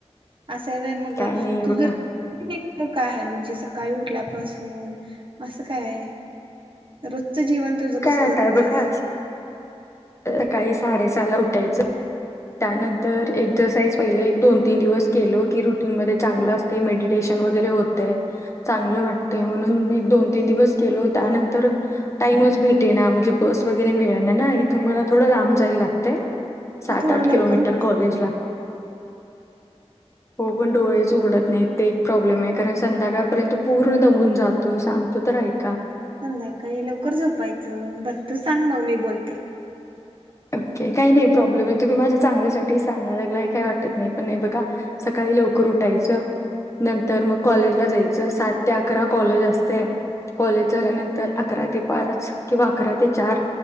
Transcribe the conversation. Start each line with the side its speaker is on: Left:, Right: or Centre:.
Right: असा वे मग
Left: काय नाही
Right: त
Left: बघा
Right: जर - का-य आहे म्हणजे सकाळी उठल्यापासून असं काय आहे रो जच जीवन तुझ
Left: काय
Right: कसं
Left: आता
Right: जगतेस?
Left: बघा सकाळी साडेसहाला उठायचं- त्यानंतर एक्झरसाइज- पहिले एक दोन तीन दिवस केलो की रुटीन मध्ये चांगलं असते मेडिटेशन वगैरे होतय चांगलं वाट- ते म्हणून मी एक दोन- तीन दिवस- केलो त्यानंतर-
Right: हा
Left: टाईम च भेटे ना म्हणजे बस वगैरे मिळेना ना- त मला थोडं लांब जायल लागतंय- सात
Right: मग थोडं
Left: आठ
Right: लवकर
Left: किलोमीटर
Right: उठायचं
Left: कॉलेज ला- हो पण डोळेच उघडत नाही ते एक प्रॉब्लेम आहे कारण संध्याकाळपर्यंत पूर्ण दमून जातो सांगतो तर ऐक-
Right: संध्याकाळी लवकर झोपायचं बर तू सांग मग मी बोलते-
Left: ओके काही नाही प्रॉब्लेम आहे तुम्ही माझ्या चांगल्यासाठी सांगा लागलाय काही वाटत नाही पण नाही बघा सकाळी लवकर उठायचं- नंतर मग कॉलेजला
Right: हा
Left: जायचं सात- ते अकरा कॉलेज असते कॉलेज झाल्यानंतर अकरा ते पाच किंवा अकरा ते चार-